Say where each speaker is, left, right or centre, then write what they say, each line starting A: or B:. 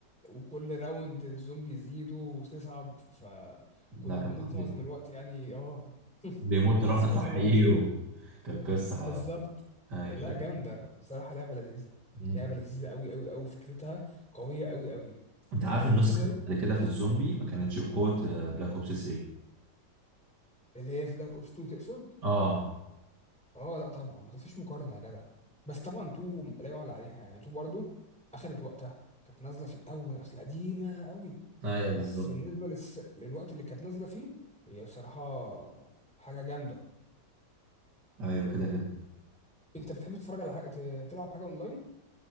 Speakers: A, in the centre; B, on the right.
A: وكل راوند الزومبي يزيدوا وتصعب فكنا
B: لا كانت
A: بنموت
B: خطيرة
A: معظم الوقت يعني اه
B: بيموت
A: ونسيب
B: نروح نصحيه
A: آخر واحد زميلنا
B: <laughs> و... كانت قصة
A: بالظبط
B: ح- هاي
A: لا
B: لكن
A: جامدة بصراحة لعبة لذيذة
B: مم.
A: لعبة لذيذة أوي أوي أوي فكرتها قوية أوي أوي
B: انت عارف النسخة
A: أنت بدأ...
B: بعد كده في الزومبي ما كانتش بقوة بلاك اوبس 3
A: اللي هي في بلاك أوبس 2 تقصد؟
B: اه
A: اه لا طبعا ما فيش مقارنه يا جدع بس طبعا تو لا يعلى عليها يعني تو برضو اخدت وقتها كانت نازله في الاول اصل قديمه قوي
B: ايوه بالظبط
A: بس بالنسبه للس... للوقت اللي كانت نازله فيه هي بصراحه حاجه جامده
B: ايوه كده كده
A: انت بتحب تتفرج على حاجة... ت- تلعب حاجه اونلاين